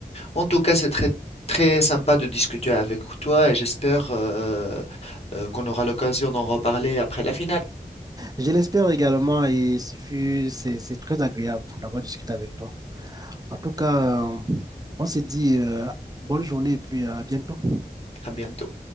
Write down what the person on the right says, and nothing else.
Je l'espère également et ce fut, c'est, c'est très agréable d'avoir discuté avec toi. En tout cas, euh, on se dit euh, bonne journée et puis euh, à bientôt.